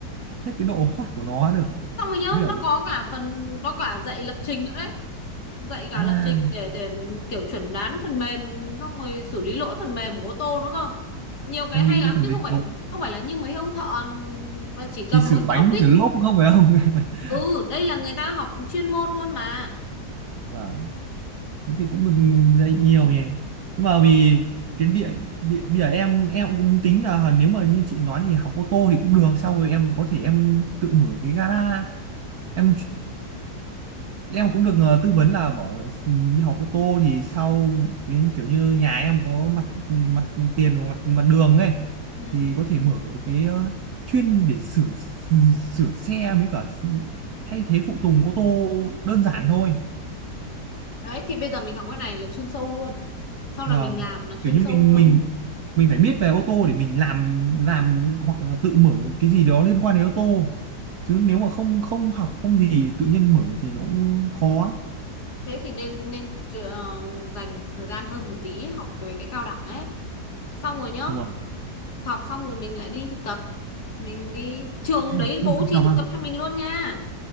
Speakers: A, on the right; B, on the left.
A: hết cái độ hot của nó được.
B: xong rồi nhớ
A: Mới cả-
B: nó có cả phần nó cả dạy lập trình nữa đấy dạy cả
A: à
B: lập trình để để kiểu chuẩn đoán phần mềm xong rồi xử lý lỗi phần mềm của ô tô nữa cơ nhiều cái
A: em
B: hay
A: nghĩ
B: lắm
A: cái phần
B: chứ
A: đấy
B: không
A: khó
B: phải không phải là như mấy ông thợ mà chỉ cầm
A: chỉ sửa
B: mấy cái
A: bánh
B: ốc vít
A: sửa lốp cũng không phải không? <laughs>
B: ừ đây là người ta học chuyên môn luôn mà
A: Vâng. thế thì cũng được dạy nhiều nhỉ nhưng mà
B: ừ,
A: vì cái địa, địa bây giờ em em cũng tính là nếu mà như chị nói thì học ô tô thì cũng được sau rồi em có thể em tự mở cái gara em
B: ừ.
A: em cũng được ờ, tư vấn là bỏ là s- đi học ô tô thì sau cái kiểu như nhà em có mặt mặt tiền và mặt mặt đường ấy
B: ừ.
A: thì có thể mở cái ờ, chuyên để sửa sửa xe với cả s- thay thế phụ tùng ô tô đơn giản thôi
B: đấy thì bây giờ mình học cái này là chuyên sâu luôn sau
A: Vâng,
B: này mình làm là chuyên
A: kiểu như
B: sâu
A: mình
B: luôn
A: mình mình phải biết về ô tô để mình làm làm hoặc là tự mở cái gì đó liên quan đến ô tô. Chứ nếu mà không không học không gì tự nhiên mở thì nó cũng khó.
B: thế thì nên nên ờ, dành thời gian hơn một tí ấy, học về cái cao đẳng ấy xong rồi nhá
A: Wow.
B: học xong rồi mình lại đi thực tập mình đi trường
A: À,
B: đấy
A: được
B: bố
A: thực
B: trí
A: tập
B: thực
A: à?
B: tập cho mình luôn nha